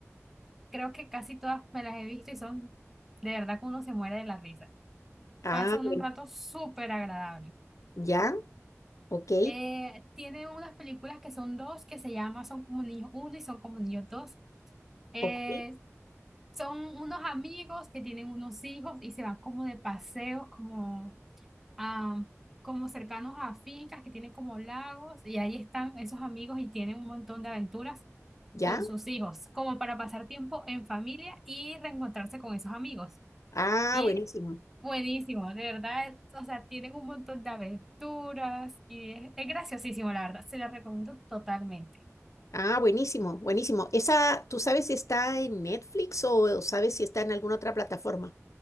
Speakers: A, in the centre; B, on the left.
A: Creo que casi todas me las he visto y son de verdad que uno se muere de la risa.
B: Ah,
A: Pasa uno
B: bueno,
A: un rato súper agradable.
B: ya, ok,
A: Eh, tiene unas películas que son dos, que se llama Son como niños uno y Son como niños dos. Eh,
B: ok,
A: son unos amigos que tienen unos hijos y se van como de paseos, como, a como cercanos a fincas que tienen como lagos y ahí están esos amigos y tienen un montón de aventuras
B: ya.
A: con sus hijos, como para pasar tiempo en familia y reencontrarse con esos amigos.
B: Ah,
A: Y
B: buenísimo.
A: Buenísimo, de verdad, o sea, tienen un montón de aventuras y es, es graciosísimo, la verdad, se la recomiendo totalmente.
B: Ah, buenísimo, buenísimo. Esa, ¿tú sabes si está en Netflix o, o sabes si está en alguna otra plataforma?